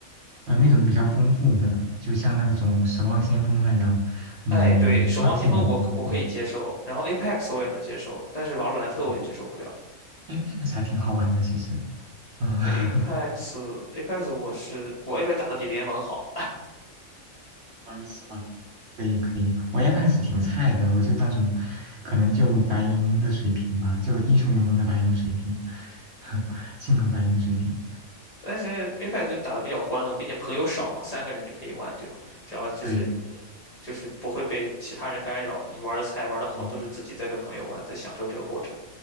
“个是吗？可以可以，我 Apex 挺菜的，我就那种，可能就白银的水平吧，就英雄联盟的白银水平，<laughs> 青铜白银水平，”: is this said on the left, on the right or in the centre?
Right